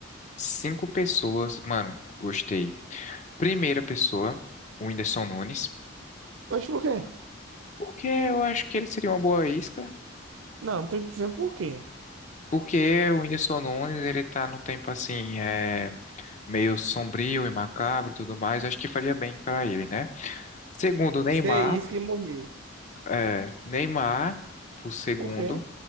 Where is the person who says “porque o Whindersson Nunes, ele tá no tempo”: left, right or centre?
Left